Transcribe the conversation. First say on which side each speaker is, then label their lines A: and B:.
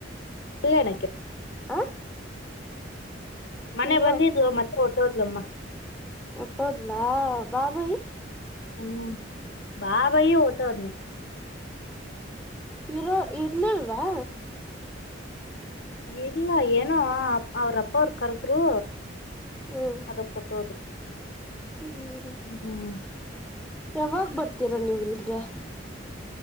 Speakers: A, on the left (about 60°); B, in the centre.
A: ಅಲ್ಲ ಎಣಕ್ಕ
B: ಆ
A: ಮನೆ
B: ಸಿಂಗೋ
A: ಬಂದಿದ್ಲು ಮತ್ತೆ ಟೋದ್ಲಮ್ಮ.
B: ಉಟ್ಟೋದ್ಲಾ ಬಾಬಯಿ,
A: ಹ್ಮ್- ಬಾ ಬಯಿ ಓತದ್ನು
B: ಇರೋ ಇರ್ಲಿಲ್ವಾ.
A: ಇಲ್ಲ ಏನೋ ಅವ್ರಪ್ಪ ಅವರು ಕರೆದ್ರು
B: ಹ್ಮ್
A: ಅದಕ್ ಕೊಟ್ಟೋದ್ರು.
B: ಹ್ಮ್
A: ಹ್ಮ್
B: ಯಾವಾಗ ಬರ್ತೀರಾ ನೀವು ಇಲ್ಲಿಗೆ.